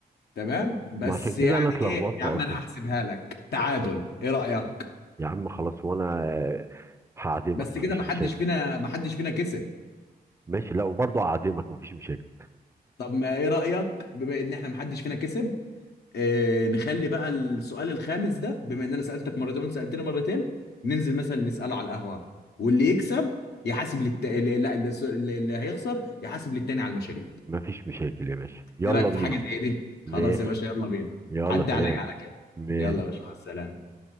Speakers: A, on the left (about 80°); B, on the right (about 15°).
A: تمام بس
B: ما عشان كده
A: يعني
B: انا اتلخبطت
A: ايه يا
B: اصلا
A: عم انا هحسبها لك تعادل ايه رايك
B: يا عم خلاص وانا آه، هعزمك
A: بس
B: مفيش
A: كده ما
B: مشاكل
A: حدش فينا ما حدش فينا كسب
B: ماشي لا وبرضه هعزمك مفيش مشاكل
A: طب ما ايه رأيك بما ان احنا ما حدش فينا كسب اه نخلي بقى السؤال الخامس ده بما ان انا سألتك مرتين وانت سألتني مرتين ننزل مثلا نسأله على القهوة واللي يكسب يحاسب للت... لا لا، الس- اللي اللي هيخسر يحاسب للتاني على المشاريب
B: مفيش مشاكل يا باشا يلا
A: ايه رأيك
B: بينا
A: في حاجة زي دي
B: ماشي
A: خلاص يا باشا يلا بينا
B: يلا
A: عدي
B: سلام
A: عليا على كده
B: ماشي
A: يلا يا باشا مع السلامة